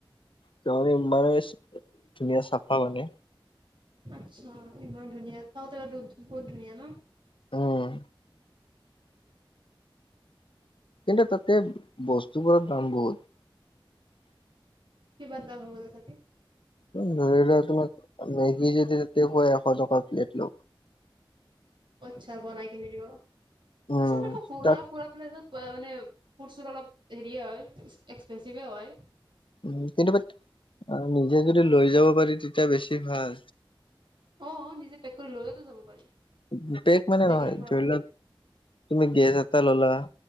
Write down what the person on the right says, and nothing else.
আচ্ছা ইমান ধুনীয়া চাওতেতো বহুত ধুনীয়া ন
কি বন্ধা হত আা
আত্ছা বনাই কিনি দিব তাৰছত
আকৌ ফুৰা
ফুৰা পেলাই যত মানে ফুড চুড অলপ হেৰিয়ে হয় এক্সপেঞ্চিভে হয়
অ নিজে পেক কৰি লজ তো যাব পাৰি
যাই
কিনে পুৰা